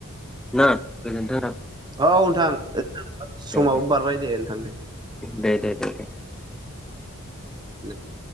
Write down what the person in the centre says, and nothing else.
ना गोजोन्थों नोंथां।
दे
दे दे दे